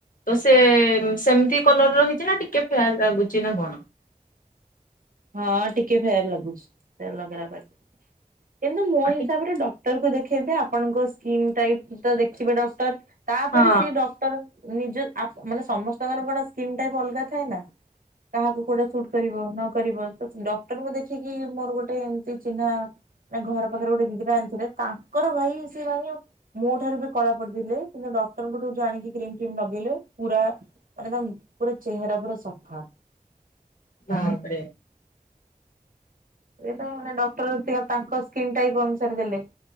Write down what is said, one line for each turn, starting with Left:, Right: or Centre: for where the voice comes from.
Left: ତ ସେ ସେମିତି କଲର ରହିଛି ନା ଟିକେ ଫେଏରା ଲାଗୁଛି ନା କଣ
Right: ହଁ ଟିକେ ଫେଏରା ଲାଗୁଛି ଫେଏରା ଲଗେଇଲା ପରେ କିନ୍ତୁ ମୋ
Left: ଆଉ
Right: ହିସାବରେ
Left: ଟି-
Right: ତାକୁ ଦେଖେଇବେ ଆପଣଙ୍କ ସ୍କିନ୍ ଟାଇପ ତ ଦେଖିବେ ଡକ୍ଟର ତାପରେ
Left: ହଁ
Right: ସେ ନିଜ ମାନେ ସମସ୍ତଙ୍କର କଣ ସ୍କ୍ରିନ୍ ଟାଇପ ଅଲଗା ଥାଏ ନା କାହାକୁ କୋଉଟା ସୁଟ୍ କରିବ ନକ କରିବ ତ ଡକ୍ଟରଙ୍କୁ ଦେଖିକି ମୋର ଗୋଟେ ଏମତି ଚିହ୍ନା ତାଙ୍କର ଘର ପାଖରେ ଗୋଟେ ଦିଦିଟା ଆଣିଥିଲେ ତାଙ୍କର ଭାଇ ସେ ଭାଇ ମୋ ଠାରୁ ବି କଳା ପଡିଥିଲେ କିନ୍ତୁ ଡକ୍ଟରଙ୍କଠୁ ଜାଣିକି କ୍ରିମ ଫ୍ରିମ ଲଗେଇଲେ ପୁରା ମାନେ ତାଙ୍କ ପୁରା ଚେହେରା ପୁରା ସଫା। ତାପରେ
Left: ବାପ୍ ରେ।
Right: ସିଏ ତାଙ୍କ ମାନେ ଡକ୍ଟର ତାଙ୍କ ସ୍କିନ୍ ଟାଇପ ଅନୁସାରେ ଦେଲେ।